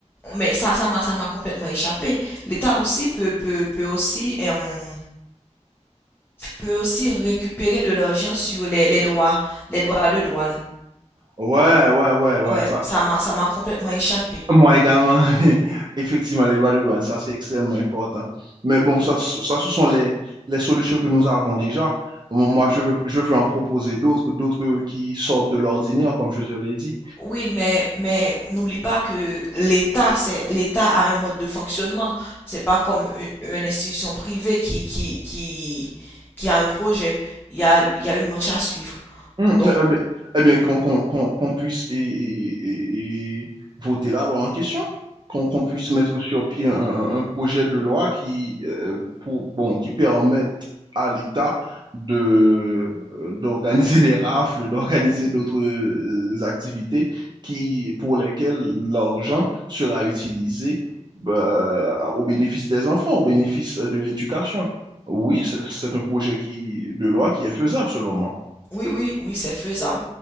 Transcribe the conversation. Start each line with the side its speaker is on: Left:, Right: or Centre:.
Left: mais ça, ça m'a, ça m'a complètement échappé. L'État aussi peut, peut, peut aussi, et on peut aussi récupérer de l'argent sur les, les droits, les droits de douane.
Right: Ouais, ouais, ouais, ouais,
Left: Ouais,
Right: ça,
Left: ça m'a, ça m'a complètement échappé.
Right: moi également, <laughs> effectivement, les droits de douane, ça c'est extrêmement important. Mais bon, ça, ce- ça ce sont les, les solutions que nous avons déjà. Mo- Moi, je veux, je veux en proposer d'autres, d'autres qui sortent de l'ordinaire, comme je te l'ai dit.
Left: Oui, mais, mais n'oublie pas que l'État, c'est, l'État a un mode de fonctionnement. C'est pas comme une, une institution privée qui, qui, qui, qui a un projet. Il y a, il y a une marche à suivre.
Right: Mm,
Left: Donc,
Right: eh bien, eh bien, qu'on qu'on- qu'on- qu'on puisse et, et- et- et voter la loi en question, qu'on qu'on puisse mettre sur pied un, un- un projet de loi qui, euh, pour, bon, qui permette à l'État de, euh, d'organiser des rafles, d'organiser d'autres euh, activités qui, pour lesquelles l'argent sera utilisé bah, au bénéfice des enfants, au bénéfice euh, de l'éducation. Oui, c'est c'est un projet qui, de loi qui est faisable selon moi.
Left: Oui, oui, oui, c'est faisable.